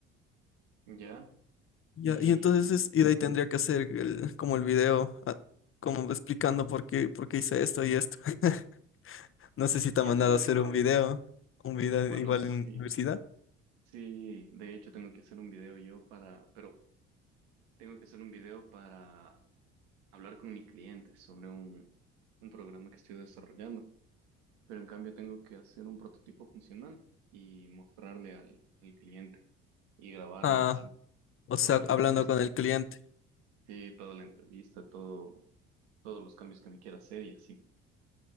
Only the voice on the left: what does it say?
Ya,
y entonces es- y de ahí tendría que hacer el- como el video, ah, como explicando por qué, por qué hice esto y esto. <laughs> No sé si
te ha mandado
a hacer un video, un video
igual
en la universidad.
Ah,
o sea,
hablando
con el cliente.